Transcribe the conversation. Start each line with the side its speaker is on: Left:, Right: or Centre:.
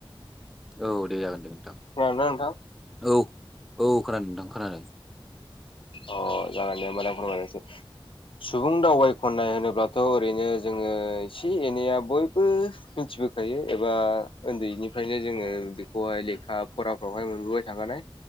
Centre: औ दे जागोन दे नोंथां।
Left: <inaudible> नोंथां।
Centre: औ औ खोनादों नोंथां खोनादों।
Left: अ जागोन मानफोराय। सुबुं दावबाय खननाय होनोब्लाथ' ओरैनो जोङो एसे एनैया। बयबो मिथिबोखायो एबा उन्दैनि ओंखायनो जोङो बेखौहाय लेखा फराफ्रावहाय मोनबोबाय थाखानाय।